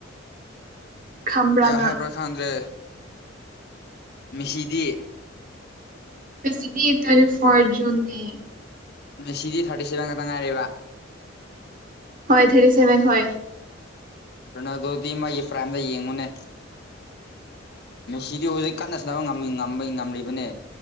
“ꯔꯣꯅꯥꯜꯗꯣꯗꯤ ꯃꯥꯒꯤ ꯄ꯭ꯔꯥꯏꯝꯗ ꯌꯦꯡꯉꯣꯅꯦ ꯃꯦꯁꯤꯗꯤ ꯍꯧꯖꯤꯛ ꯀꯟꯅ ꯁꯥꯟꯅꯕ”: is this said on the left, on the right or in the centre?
Left